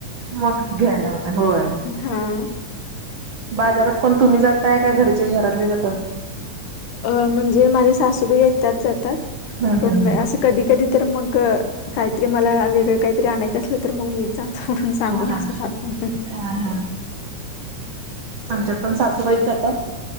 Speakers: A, on the right (about 70°); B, on the left (about 80°).
A: म घ्यायला होत होय
B: हा
A: बाजारात कोण तुम्ही जातय. त्या घरचे घरातले जातात.
B: अ म्हणजे माझ्या सासू बाई आहे त्या जातात
A: हम्
B: पण
A: हम् ह
B: अस कधी कधी तर मग काहीतरी मला वेगळं काहीतरी आणायचं असल तर मग मीच जातो म्हणून सांगून
A: हा हा
B: असं जातो.
A: हा हा आमच्यात पण सासूबाईच जातात.